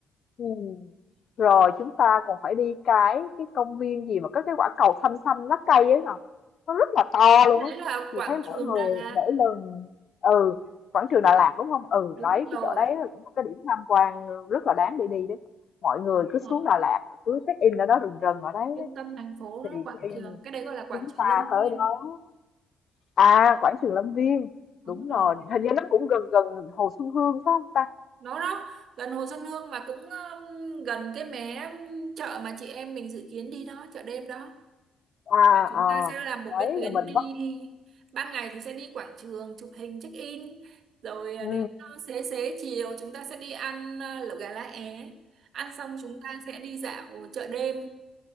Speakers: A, on the left (about 55°); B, on the right (about 65°).
A: Ừ. Rồi chúng ta còn phải đi cái cái công viên gì mà có cái quả cầu xanh xanh lá cây ấy Ngọc nó rất là to luôn
B: cái
A: á
B: đấy là
A: chị
B: quảng
A: thấy mỗi
B: trường
A: người
B: Đà Lạt
A: mỗi lần ừ quảng trường Đà Lạt đúng không ừ
B: đúng
A: đấy
B: rồi
A: cái chỗ đấy là cũng một cái điểm tham quan rất là đáng để đi đấy mọi người
B: đúng
A: cứ xuống
B: rồi
A: Đà Lạt cứ check in ở đó rừng rừng ở đấy,
B: trung
A: đấy.
B: tâm thành phố nó
A: thì
B: quảng
A: khi
B: trường cái đấy gọi là quảng
A: chúng
B: trường
A: ta
B: Lâm
A: tới
B: Viên
A: đó à quảng trường Lâm Viên
B: đúng
A: đúng
B: rồi
A: rồi hình như nó cũng gần gần Hồ Xuân Hương phải không ta
B: đó đó gần Hồ Xuân Hương mà cũng um, gần cái mé chợ mà chị em mình dự kiến đi đó chợ đêm đó
A: à
B: Là chúng
A: ờ
B: ta sẽ làm một
A: đấy
B: cái tuyến
A: là mình
B: đi
A: bắt
B: ban ngày thì sẽ đi quảng trường chụp hình check in rồi à,
A: ừ.
B: đến à, xế xế chiều chúng ta sẽ đi ăn à, lẩu gà lá é ăn xong chúng ta sẽ đi dạo chợ đêm